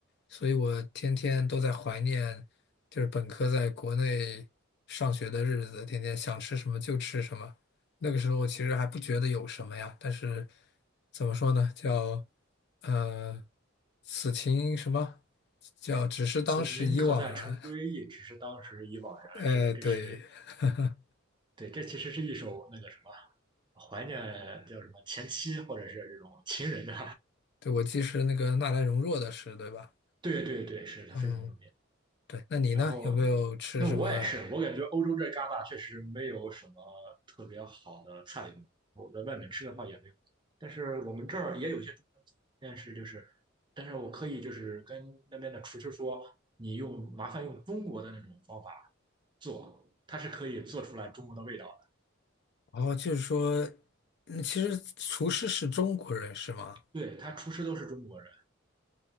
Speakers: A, on the left (about 55°); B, on the right (about 25°).
A: 所以我天天都在怀念，就是本科在国内上学的日子，天天想吃什么就吃什么。那个时候其实还不觉得有什么呀，但是怎么说呢，叫呃此情什么叫只是当时已惘然，
B: 此情可待成追忆，只是当时已惘然。
A: <laughs> 哎，
B: 是的，这是
A: 对。<laughs>
B: 对，这其实是一首那个什么怀念叫什么前妻或者是这种情人的。
A: 对，我记是那个纳兰容若的诗，对吧？
B: <laughs> 对对对，是的，
A: 嗯，
B: 非常有名。
A: 对。那你呢？
B: 然后，
A: 有没有吃什么？
B: 那我也是，我感觉欧洲这旮沓确实没有什么特别好的菜品我在外面吃的话也没有。但是我们这儿也有一些中餐厅，但是就是，但是我可以就是跟那边的厨师说，你用麻烦用中国的那种方法做，它是可以做出来中国的味道的。
A: 哦，就是说，嗯，其实厨师是中国人是吗？
B: 对，他厨师都是中国人。